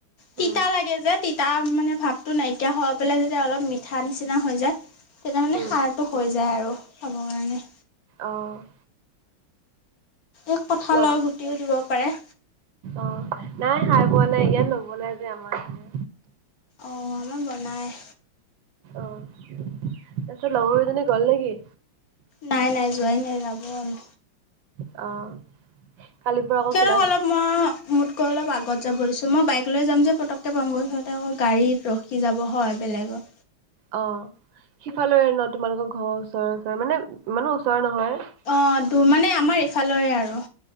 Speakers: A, on the right (about 75°); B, on the left (about 50°).
A: উম
B: তিতা লাগে যে, তিতা মানে ভাৱটো নাইকিয়া হৈ পেলাই যেতিয়া অলপ মিঠা নিচিনা হৈ যায়। তেতিয়া মানে,
A: উম
B: খাৰটো হৈ যায় আৰু খাব কাৰণে।
A: অঁ'
B: এই কঠালৰ
A: লগ
B: গুটিও দিব পাৰে।
A: অঁ, নাই খাই পোৱা নাই, ইয়াত নবনাই যে আমাৰ এইফালে।
B: অঁ, আমাৰ বনাই।
A: অঁ' তাপিছত লগৰগিজনী গ'ল নে কি?
B: নাই নাই যোৱাই নাই, যাব আৰু।
A: অঁ'। কালিৰ পৰা আকৌ-
B: তেহেঁতক
A: ক্লাছ
B: অলপ ম- মোতকৈ অলপ আগত যাব দিছোঁ, মই বাইক লৈ যাম যে পটককৈ পামগৈ, সিহঁতে আকৌ গাড়ীত ৰখি যাব হয় বেলেগৰ।
A: অঁ' সিফালৰে ন' তোমালোকৰ ঘৰৰ ওচৰে ওচৰে মানে, ইমানো ওচৰ নহয়।
B: অঁ' দূৰ মানে আমাৰ এইফালৰে আৰু।